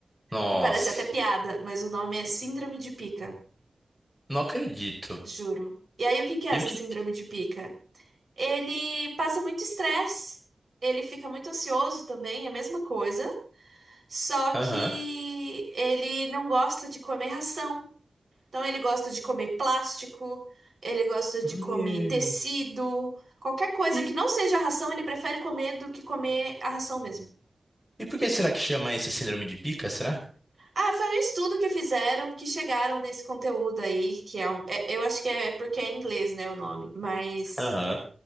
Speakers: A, in the centre; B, on the right.
A: Nossa,
B: que parece até piada, mas o nome é síndrome de pica,
A: não acredito.
B: juro. E aí o que que é
A: E
B: essa
A: o que?
B: síndrome de pica? Ele passa muito estresse, ele fica muito ansioso também, é a mesma coisa. Só
A: Aham.
B: que ele não gosta de comer ração. Então ele gosta de comer plástico, ele gosta
A: Meu.
B: de comer tecido, qualquer coisa
A: E,
B: que não seja ração, ele prefere comer do que comer a ração mesmo.
A: e por que será que chama esse síndrome de pica, será?
B: Ah, foi um estudo que fizeram que chegaram nesse conteúdo aí, que é um. é- eu acho que é porque é em inglês, né, o nome, mas
A: Aham.